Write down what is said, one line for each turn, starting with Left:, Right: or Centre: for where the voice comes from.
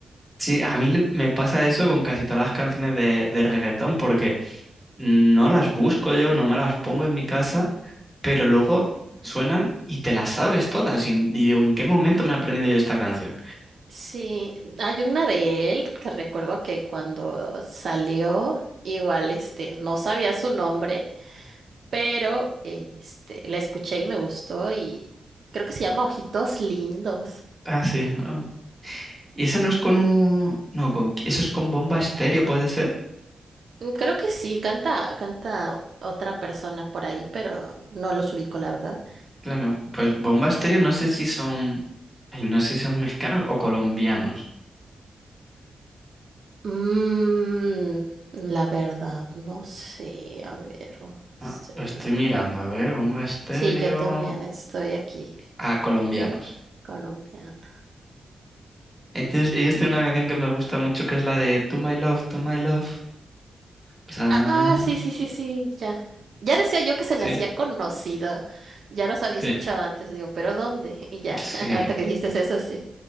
Centre: Sí, a mí le- me pasa eso con casi todas las canciones de, de reggaetón porque no las busco yo, no me las pongo en mi casa, pero luego suenan y te las sabes todas. Y, y digo, ¿en qué momento me he aprendido yo esta canción?
Right: Sí, hay una de él que recuerdo que cuando salió, igual este, no sabía su nombre, pero este, la escuché y me gustó y creo que se llama Ojitos Lindos.
Centre: Ah, sí. ah. Y esa no es con un... No, con... ¿Eso es con Bomba Estéreo, puede ser?
Right: Mm, Creo que sí, canta, canta otra persona por ahí, pero no los ubico, la verdad.
Centre: Claro, pues Bomba Estéreo no sé si son, ay, no sé si son mexicanos o colombianos.
Right: Mm, la verdad, no sé. A ver, vamos serio.
Centre: Ah, lo estoy mirando, a ver, Bomba Estéreo,
Right: Sí, yo también estoy aquí,
Centre: ah, colombianos.
Right: colombiana.
Centre: Entonces, ellos tienen una canción que me gusta mucho que es la de To My Love, To My Love. O sea,
Right: Ah, sí, sí, sí, sí, ya. Ya decía yo que se
Centre: sí,
Right: me hacía conocido. Ya los había
Centre: sí,
Right: escuchado antes, digo, pero ¿dónde? Y ya,
Centre: sí.
Right: <laughs> ahorita que dijiste eso, sí.